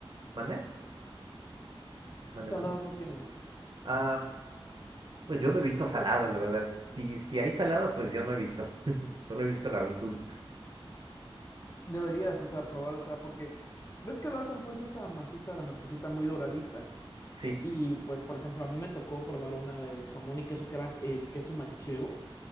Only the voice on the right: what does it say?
¿Mande? ¿Mande,
mande?
Ah, pues yo no he visto saladas, la verdad. Si, si hay saladas, pues yo no he visto. <laughs> Solo he visto las dulces.
Sí.